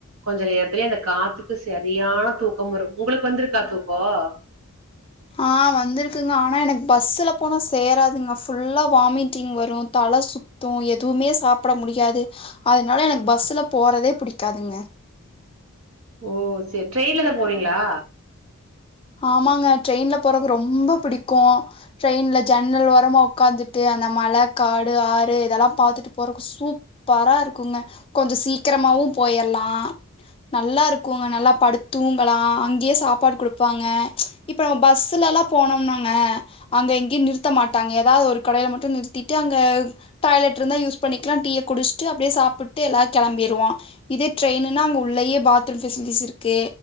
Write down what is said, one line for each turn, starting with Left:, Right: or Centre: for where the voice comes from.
Right: கொஞ்சம் நேரத்தலே அந்த காத்து க்கு செரியான தூக்கம் வரும் உங்களுக்கு வந்துருக்கா தூக்கம்
Left: ஆ வந்துருக்குங்க ஆனா எனக்கு பஸ்ல போனா சேராதுங்க ஃபுல்லா வாமிட்டிங் வரும் தல சுத்தும் எதுவுமே சாப்பட முடியாது அதனால எனக்கு பஸ்ல போறதே படிக்காதுங்க
Right: ஓ செரி ட்ரெயின்லதான் போவீங்களா
Left: ஆமாங்க ட்ரெயின்ல போறக்கு ரொம்ப பிடிக்கும் ட்ரெயின்ல ஜன்னல் ஓரமா உட்காந்துட்டு அந்த மழை காடு ஆறு இதெல்லாம் பாத்துட்டு போறதுக்கு சூப்பரா இருக்குங்க கொஞ்சம் சீக்கிரமாவும் போயிடலாம் நல்லா இருக்குங்க நல்லா படுத்துங்கலாம் அங்கேயே சாப்பாடு கொடு ப்பாங்க இப்ப பஸ்லல்லாம் போனோம்னாங்க அங்க எங்கேயும் நிறுத்த மாட்டாங்க ஏதாவது ஒரு கடையில மட்டும் நிறுத்திட்டு அங்க டாய்லெட் இருந்தா யூஸ் பண்ணிக்கலாம் டீய குடிச்சுட்டு அப்படியே சாப்பிட்டு எல்லாரும் கிளம்பிடுவோம் இதே ட்ரெயின்ன்னா அங்க உள்ளேயே பாத்ரூம் ஃபெசிலிட்டிஸ் இருக்கு